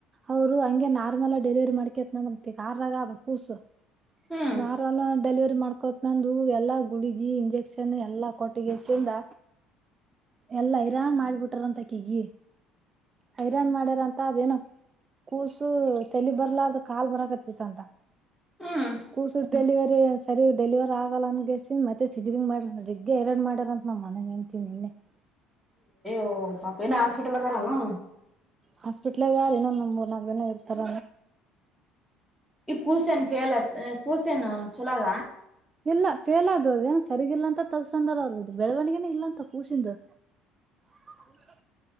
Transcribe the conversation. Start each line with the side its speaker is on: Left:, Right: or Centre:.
Right: ಅವರು ಹಂಗೆ ನಾರ್ಮಲ್ ಡೆಲಿವರಿ ಮಾಡ್ಕತ್ನಂದತ್ತ ಕಾರ್ನ್ಯಾಗ ಅದ ಕೂಸು
Centre: ಹ್ಮ್
Right: ನಾರ ಅಲ್ಲ ಡೆಲಿವರಿ ಮಾಡ್ಕೋತ್ ನಂದು ಎಲ್ಲಾ ಗುಳಗಿ ಇಂಜೆಕ್ಷನ್ ಎಲ್ಲಾ ಕೊಟ್ಟಿಗೆಸಿಂದ ಎಲ್ಲ ಇರಾನ್ ಮಾಡ್ಬಿಟಾರಂತ ಆಕೆಗೆ ಹೈರಾನ್ ಮಾಡ್ಯಾರ ಅಂತ ಅದೇನ ಕೂಸು ತಲಿ ಬರ್ಲಾರದ ಕಾಲ್ ಬರಕ ತ
Centre: ಹ್ಮ್
Right: ಕೂಸುಟ್ಟಲ್ಲಿ ಸರಿ ಡೆಲಿವರ್ ಆಗಲ್ಲ ಅನ್ಗೆಸ ಮತ್ತೆ ಸಿಜಂಗ ಮಾಡ ಜಿಗ್ಗೆ ಎರಡು ಮಾಡಾರ ಅಂತ ನ ನಮ್ಮಣ್ಣನ್ ಹೆಂಡ್ತಿಯಾಗ ನಿನ್ನೆ <inaudible>
Centre: ಹೋ ಪಾಪ ಹಾಸ್ಪಿಟಲಗಾರ ನ್
Right: ಹಾಸ್ಪಿಟ್ಲಗ ಇನ್ನೊಂದ್ ಮೂರ್ನಾಕು ದಿನ ಇರ್ತಾರ
Centre: ಈ ಕೂಸನ್ ಫೇಲ್ ಕೂಸನ್ ಚಲೋದ
Right: ಇಲ್ಲ ಫೇಲ್ ಆದದು ಅದ ಏನ್ ಸರಿಗಿಲ್ಲ ಅಂತ ತಗಸಂದಾರ ಆಗದು ಬೆಳವಣಗೆನ ಇಲ್ಲ ಅಂತ ಕೂಸಿಂದು ಹ <inaudible>